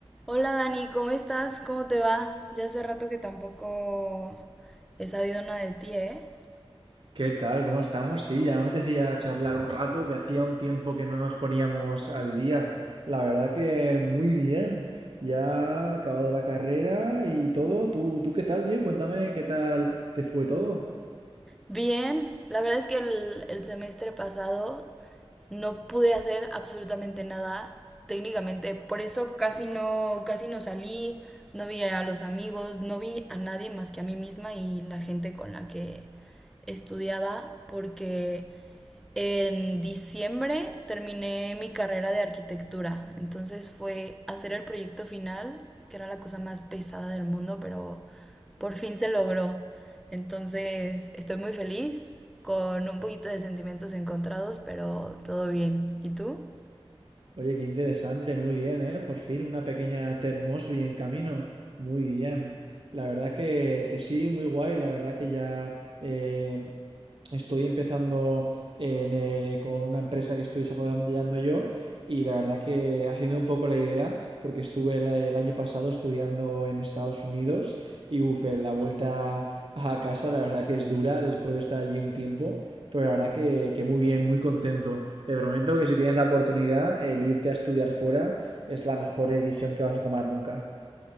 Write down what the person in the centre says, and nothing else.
Hola Dani, ¿cómo estás? ¿Cómo te va? Ya hace rato que tampoco he sabido nada de ti, ¿eh?
Bien, la verdad es que el, el semestre pasado no pude hacer absolutamente nada técnicamente, por eso casi no, casi no salí, no vi a los amigos, no vi a nadie más que a mí misma y la gente con la que estudiaba, porque En diciembre terminé mi carrera de arquitectura, entonces fue hacer el proyecto final, que era la cosa más pesada del mundo, pero por fin se logró. Entonces estoy muy feliz, con un poquito de sentimientos encontrados, pero todo bien. ¿Y tú?